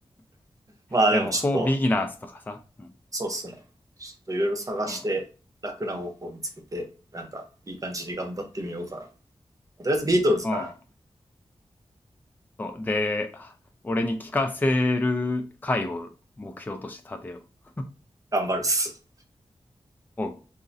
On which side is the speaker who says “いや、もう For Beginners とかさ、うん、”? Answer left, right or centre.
Left